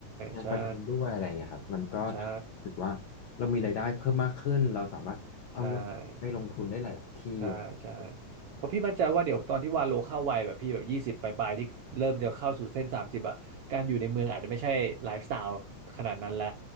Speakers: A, on the left (about 80°); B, on the right (about 75°).
A: งานประกันด้วยอะไรเงี้ยครับมันก็ทำให้รู้สึกว่าเรามีรายได้เพิ่มมากขึ้นเราสามารถเอาเงินไปลงทุนได้หลายๆที่อะไรอย่างเงี้
B: ใช่ใช่ใช่ใช่ ใช่ใช่เพราะพี่มั่นใจว่าเดี๋ยวตอนที่วาโลเข้าวัยแบบพี่แบบยี่สิบปลายๆที่เริ่มจะเข้าสู่เส้นสามสิบอะการอยู่ในเมืองอาจจะไม่ใช่ไลฟ์สไตล์ขนาดนั้นและ